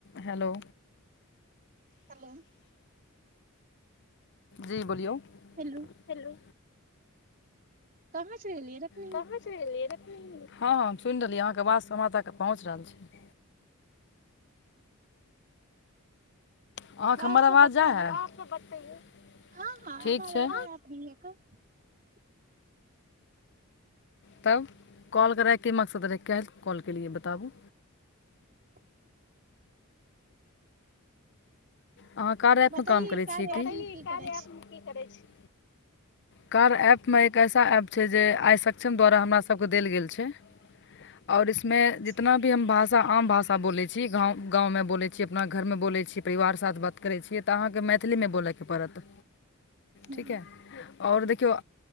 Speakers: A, on the left; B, on the right.
A: Hello
B: hello
A: जी बोलियौ
B: hello
A: hello
B: कहाँ चल गेलियै रहे अपने
A: हँ हँ सुनि रहलियै अहाँके बातसँ हम त पहुँच रहल छै अहाँके
B: आओर
A: हमर
B: सब
A: आवाज
B: बतेे
A: जाइ हइ
B: हँ हँ
A: ठीक
B: आवाज
A: छै
B: आवाज अपनी ह <inaudible>
A: तब कॉल करैके मकसद रहै क कॉल केलये बताबू
B: <inaudible>
A: अहाँ कार्या एप
B: बतैये
A: म काम करै
B: कार्य
A: छियै की
B: ऐप
A: की
B: मे करै छी
A: करै छी
B: <inaudible>
A: कार्य ऐप मे एक ऐसा ऐप छै जे आइ सक्षम द्वारा हमरासके देल गेल छै और इसमे
B: अच्छा
A: जितना हम भाषा आम भाषा बोलै छी गाँव गाँव मे बोल छी अपना घर मे बोले छी परिवार साथ बात करै छियै तऽ अहाँके मैथिलीमे बोलैके पड़त
B: हूँ
A: ठीक ह और देखियौ